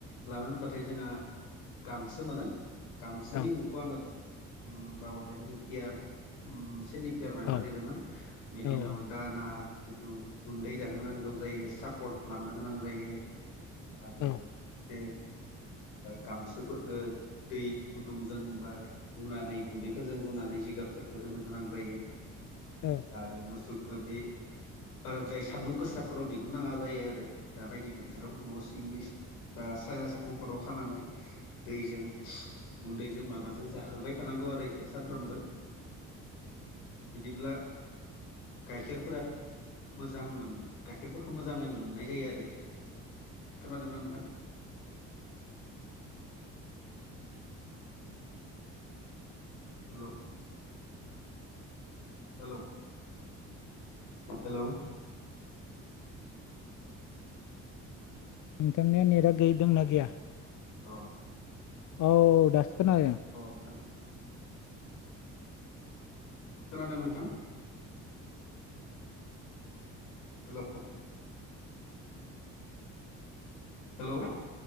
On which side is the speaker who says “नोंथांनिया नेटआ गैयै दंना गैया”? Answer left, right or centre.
Left